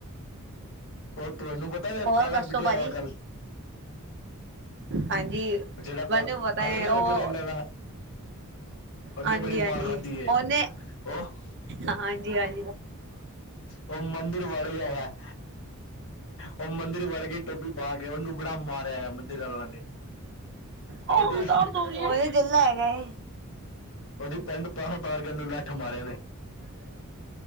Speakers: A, on the left; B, on the right.
A: ਉਹ ਤੁਹਾਨੂੰ ਪਤਾ ਵ
B: ਹੋਰ
A: ਕਾਲਾ
B: ਦੱਸੋ
A: ਪਿੱਟਿਆ
B: ਭਾਜੀ
A: ਹੋਇਆ ਕੱਲ।
B: ਹਾਂਜੀ!
A: ਜਿਹੜਾ
B: ਵੈਨੂੰ
A: ਕੱਲ
B: ਪਤਾ
A: ਕਾਲਾ
B: ਏ
A: ਨੀ
B: ਉਹ।
A: ਹੋਇਆ ਰਹਿਣ ਵਾਲਾ ਉਹਨੇ
B: ਹਾਂਜੀ-ਹਾਂਜੀ
A: ਬੜੀ ਮਾਰ ਖਾਧੀ ਏ
B: ਉਹਨੇ
A: ਉਹ
B: ਹਾਂਜੀ-ਹਾਂਜੀ।
A: ਉਹ ਮੰਦਿਰ ਵੜ ਗਿਆ ਹੈ ਉਹ ਮੰਦਿਰ ਵੜਗੇ। ਡੋਬੀ ਪਾ ਕੇ ਉਹਨੂੰ ਬੜਾ ਮਾਰਿਆ ਏ ਮੰਦਿਰ ਆਲਾਂ ਨੇ।
B: ਉਹ
A: ਉਹਦੀ
B: ਦਰਦ ਹੋਰੀਂ ਆਂ ਉਹ ਜਿੰਲਾ ਹੈਗਾ ਏ।
A: ਉੱਦੀ ਪੈੰਡ ਤਾਰ ਤਾਰ ਕੇ ਲੱਠ ਮਾਰੇ ਨੇ